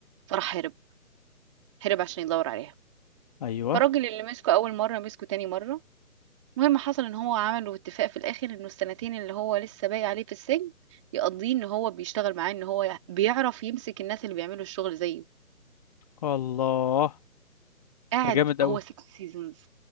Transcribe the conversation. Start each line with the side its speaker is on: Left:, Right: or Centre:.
Right: فراح هرب هرب عشان يدور عليها
Left: ايوه
Right: فالراجل اللي مسكه اول مره مسكه تاني مره المهم حصل ان هو عملوا اتفاق في الاخر انه السنتين اللي هو لسه باقي عليه في السجن يقضيه ان هو بيشتغل معاه ان هو بيعرف يمسك الناس اللي بيعملوا الشغل زيه
Left: الله
Right: قاعد
Left: ده جامد قوي
Right: هو 6 سيزونز